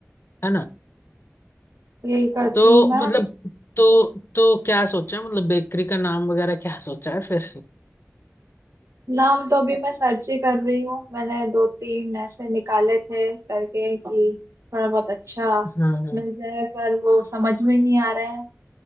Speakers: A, on the left; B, on the right.
A: है ना
B: यही करती
A: तो
B: हूँ मैं
A: मतलब तो तो क्या सोचा है मतलब बेकरी का नाम वगैरह क्या सोचा है फिर
B: नाम तो अभी मैं सर्च ही कर रही हूँ मैंने दो तीन ऐसे निकाले थे करके कि थोड़ा बहुत अच्छा
A: हाँ हाँ
B: मिल जाए पर वो समझ में नहीं आ रहे हैं